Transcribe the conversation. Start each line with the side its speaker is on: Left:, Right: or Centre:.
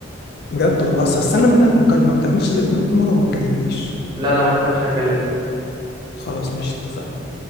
Left: بجد والله اصل هستنى منك مكالمه ما تعملش زي كل مره وما تكلمنيش
Right: لا لا ما تخافش هكلمك
Left: خلاص مش اتفقنا